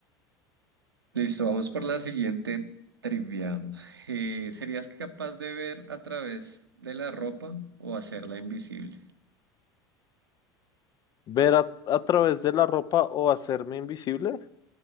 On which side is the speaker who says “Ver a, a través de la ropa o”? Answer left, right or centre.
Left